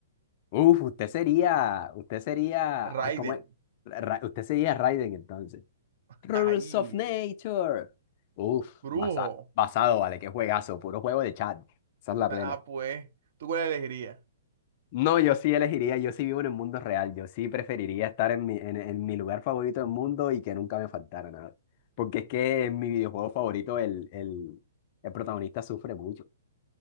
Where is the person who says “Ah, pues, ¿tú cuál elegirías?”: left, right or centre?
Right